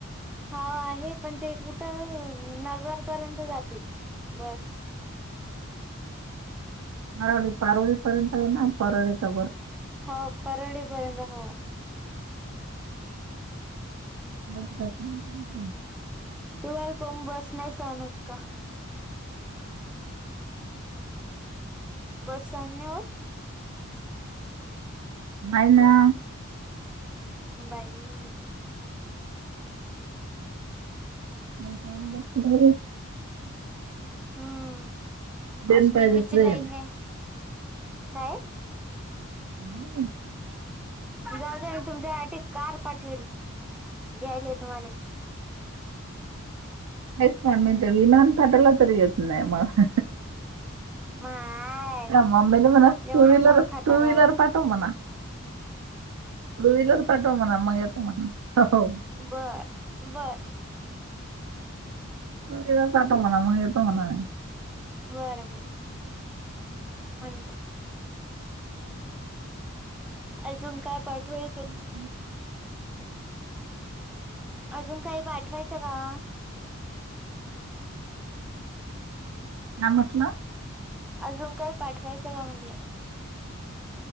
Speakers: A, in the centre; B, on the right (about 85°).
A: हा आहे पण ते कुठं नगरपर्यंत जाते बस
B: परवळी परवळी पर्यंत ना परळीचा
A: हो परारडी पर्यंत हो
B: मग तिथं हम्म.
A: तुम्हाला कोम बस नाही सहन होत का बस आली होत
B: हाय ना
A: बाई
B: <unintelligible>
A: हम्म
B: ट्रेन
A: आज
B: पाहिजे
A: टीव्हीची
B: ट्रेन.
A: लाईन नाही काय
B: नाही
A: जाऊ दे मी तुमच्यासाठी कार पाठवेल घ्यायले तुम्हाला
B: च म तर विमान पाठवलं तरी येत नाही मग
A: माय
B: आ आमेल मना
A: एवढा
B: टू व्हीलर,
A: भाव खाता
B: टू व्हीलर
A: का ओ
B: पाठव मना टू व्हीलर पाठव म्हणा मग येतो म्हणून हो
A: बर, बर
B: त जात म्हणा मग येतो म्हणा नाही
A: बर, बर म्हणतो अजून काय पाठवेल
B: <unintelligible>
A: अजून काही पाठवायचं का?
B: काय म्हटलं
A: अजून काय पाठवायचं का म्हणलं